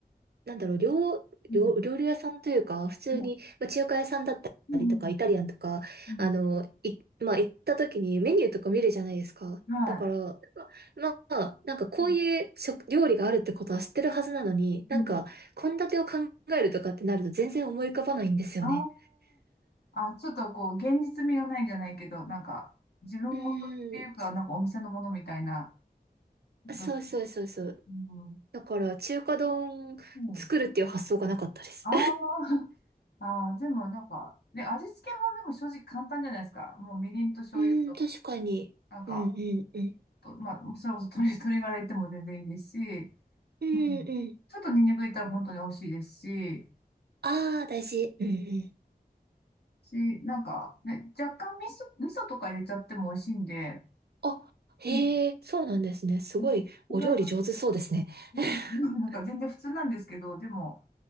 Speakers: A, on the right; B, on the left.
A: なんだろう、料、
B: うん、
A: 料、料理屋さんというか、普通に、
B: うん、
A: まあ、中華屋さんだったりとか、
B: うん、
A: イタリアンとか、
B: うん、
A: あの、い、まあ、行った時にメニューとか見るじゃないですか。
B: は
A: だから、なんかまあ、なんかこういう食、
B: い。うん、
A: 料理があるってことは知ってるはずなのに、なんか、
B: うん
A: 献立を考えるとかってなると全然思い浮かばないんですよね。
B: ああ、あ、ちょっとこう、現実味がないじゃないけど、なんか、自分ごとっていうか、
A: うーん、
B: なんかお店のものみたいな、どっち
A: そうそうそうそう。
B: もうん、
A: だから、中華丼作るっていう発想がなかったです。
B: うん。ああ、<laughs> ああ、でもなんか、で、味付けもでも正直簡単じゃないですか。もうみりんと醤油と、
A: <laughs> うん、確かに。
B: なんか、
A: うんうんうん。
B: と、まあ、それこそ鶏、鶏ガラ入っても全然いいですし、
A: うんうん
B: うん。ちょっとニンニク入れたら本当に美味しいですし、
A: ああ、大事。うんうん。
B: し、なんか、ね、若干味噌、味噌とか入れちゃっても美味しいんで、
A: あ、へえ、
B: うん
A: そうなんですね。すごい、
B: うん意外と
A: お料理上手そうですね。
B: ね、
A: <laughs>
B: <laughs> うんなんか全然普通なんですけど、でも、